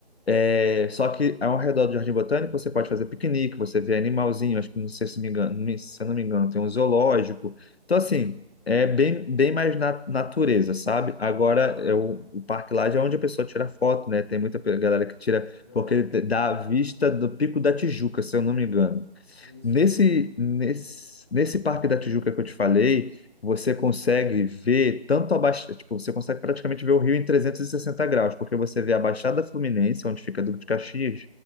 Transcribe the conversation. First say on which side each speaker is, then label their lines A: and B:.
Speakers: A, on the left (about 80°); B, on the left (about 25°).
A: É, só que ao redor do Jardim Botânico você pode fazer piquenique, você vê animalzinho, acho que não sei se me engano, me- se eu não me engano, tem um zoológico. Então, assim, é bem, bem mais na, natureza, sabe? Agora,
B: Aham.
A: é o, o parque lá já é onde a pessoa tira foto, né? Tem muita pe- galera que tira,
B: É,
A: porque ele te- dá a vista do Pico da Tijuca, se eu não me engano.
B: isso,
A: Nesse,
B: tô vendo aqui.
A: nesse, nesse Parque da Tijuca que eu te falei, você consegue ver tanto a Baixada, tipo, você consegue praticamente ver o Rio em 360 graus, porque você vê a Baixada Fluminense, onde fica Duque de Caxias,